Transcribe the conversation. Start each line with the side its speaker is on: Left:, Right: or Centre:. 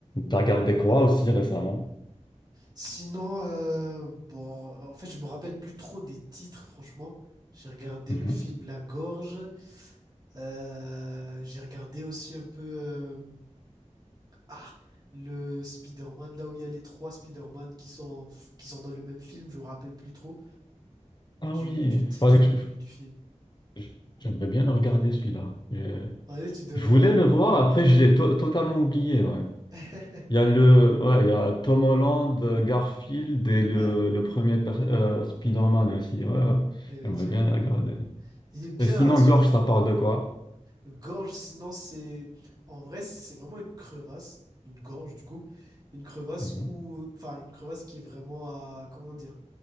Left: T'as regardé quoi aussi récemment?
Right: Sinon, euh, bon, en fait, je me rappelle plus trop des titres, franchement. J'ai regardé
Left: Mhm.
Right: le film La Gorge. Euh, j'ai regardé aussi un peu euh, ah le Spider-Man, là où il y a les trois Spider-Man qui sont qui sont dans le même film, je me rappelle plus trop
Left: Ah
Right: du,
Left: oui,
Right: du titre
Left: fallait que je...
Right: du, du film.
Left: j- J'aimerais bien le regarder celui-là. Je,
Right: Ouais, tu devrais,
Left: je voulais
Right: hein?
Left: le voir, après je l'ai to- totalement oublié. ouais.
Right: <laughs>
Left: Il y a le, ouais, il y a Tom Holland, euh, Garfield et le,
Right: Ouais,
Left: le premier per- euh, Spider-Man aussi. Ouais, ouais.
Right: effectivement.
Left: J'aimerais bien la regarder.
Right: Il est bien,
Left: Et sinon,
Right: hein, surtout.
Left: Gorge, ça parle de quoi?
Right: Gorge, sinon, c'est. En vrai, c'est vraiment une crevasse. Une gorge, du coup. Une crevasse
Left: Mhm.
Right: ou. Enfin, une crevasse qui est vraiment à. Comment dire?